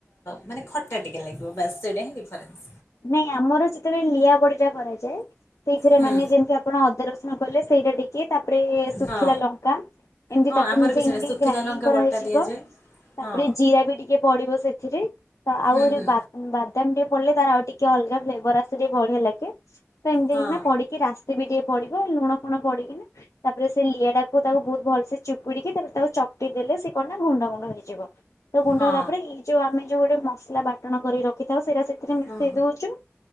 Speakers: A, on the left; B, on the left.
A: ମାନେ ଖଟା ଟିକେ ଲାଗିବ ବାସ୍ ସେଇଟା ହିଁ ଡିଫରେନ୍ସ।
B: ନାଇଁ ଆମର ସେତେବେଳେ ଲିଆବଡି ପୂଜା କରାଯାଏ। ସେଇଥିରେ
A: ହୁଁ
B: ମାନେ ଯେମିତି ଆପଣ ଅଦା ରସୁଣ କଲେେ ସେଇଟା ଟିକେ ତାପରେ ଶୁଖିଲା
A: ହଁ
B: ଲଙ୍କା କା ଏମତି
A: ହଁ
B: ତାକୁ
A: ଆମର
B: ମିଶେଇ
A: ବି ସେଇଟା
B: ମାଢି
A: ଶୁଖିଲା
B: ଗ୍ରାଇଣ୍ଡିଙ୍ଗ
A: ଲଙ୍କା
B: କରାହେଇଯିବ।
A: ବଟା ଦିଆଯାଏ
B: ତାପରେ
A: ହଁ
B: ଜିରା ବି ଟିକେ ପଡିବ ସେଥିରେ ତ
A: ହୁଁ
B: ଆହୁରି
A: ହୁଁ
B: ବା ବାଦାମ ଟିକେ ପଡିଲେ ତାର ଆଉ ଟିକେ ଅଲଗା ଫ୍ଲେଭର ଆସେ ଟିକେ ବଢିଆ ଲାଗେ। ସେମିତିଇିନା
A: ହଁ
B: ପଡିକି ରାସ୍ ତେ ବି ଟିକେ ପଡିବ ଲୁଣ ଫୁଣ ପଡିକିନା ତାପରେ ସେ ଲିଆ ଟାକୁ ତାକୁ ବହୁତ ଭଲସେ ଚୁପୁଡିକି ତାପରେ ତାକୁ ଚକଟି ଦେଲେ ସେ କ ଗୁଣ୍ଡ ହୁଏ। ହେଇଯିବ ତ ଗୁଣ୍ଡ
A: ହଁ
B: ହେଲା ପରେଇ ଯୋଉ ଆମେ ଯୋଉ ଗୋଟେ ମସଲା ବାଟଣ କରି ରଖିଥାଉ ସେଇଟା ସେଥିରେ
A: ହଁ
B: ଦେଇ ଦୋଉଛୁ।